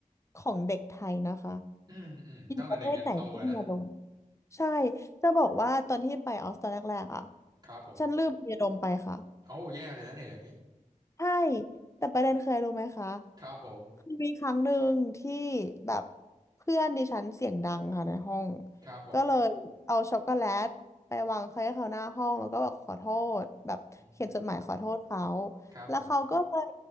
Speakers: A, on the left (about 20°); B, on the right (about 30°).
A: ของเด็กไทยนะคะ
B: อืมอืมตั้งแต่เด็กยันโตเลยนะ
A: อยู่ประเทศไหนก็ต้องมียาดมใช่จะบอกว่าตอนที่ไปออสตอนแรกๆอ่ะ
B: ครับผม
A: ฉันลืมยาดมไปค่ะ
B: โอ้าแย่เลยนะเนี่ยอย่างนี้
A: ใช่แต่ประเด็นเคยรู้ไหมคะ
B: ครับผม
A: คือมีครั้งหนึ่งที่แบบเพื่อนดิฉันเสียงดังค่ะในห้อง
B: ครับผม
A: ก็เลยเอาช็อกโกแลตไปวางให้เขาหน้าห้องแล้วก็บอกขอโทษแบบเขียนจดหมายขอโทษเขา
B: อืมครับผม
A: แล้วเขาก็เลย